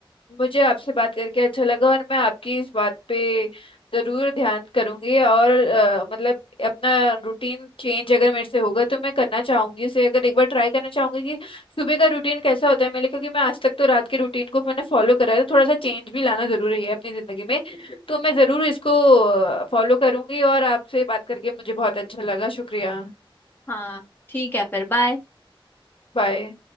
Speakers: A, on the left (about 70°); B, on the left (about 20°).
A: मुझे आपसे बात करके अच्छा लगा और मैं आपकी इस बात पे जरूर ध्यान करूंगी और अ, मतलब अपना रूटीन चेंज अगर मेरे से होगा तो मैं करना चाहूंगी उसे अगर एक बार ट्राई करना चाहूंगी कि सुबह का रूटीन कैसा होता है मेरे क्योंकि मैं आज तक तो रात के रूटीन को मैंने फॉलो करा है तो थोड़ा सा चेंज भी लाना जरूरी है अपनी जिंदगी में तो मैं जरूर इसको फॉलो करूंगी और आपसे बात करके मुझे बहुत अच्छा लगा शुक्रिया
B: हाँ ठीक है फिर बाय
A: बाय